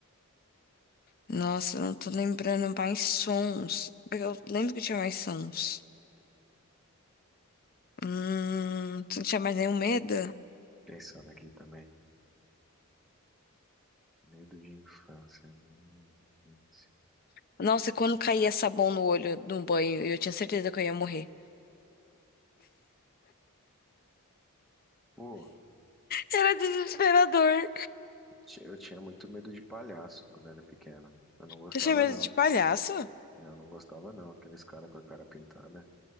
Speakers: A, on the left (about 40°); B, in the centre.
A: nossa, eu não tô lembrando mais sons. Eu lembro que tinha mais sons. Hum, você não tinha mais nenhum medo?
B: Pensando aqui também. Medo de infância, medo de infância.
A: Nossa, quando caía sabão no olho no banho, eu tinha certeza que eu ia morrer.
B: Pô,
A: Era desesperador.
B: eu ti- eu tinha muito medo de palhaço quando era pequena. Eu não gostava,
A: Tu tinha medo
B: não.
A: de palhaço?
B: Eu não gostava, não. Aqueles caras com a cara pintada,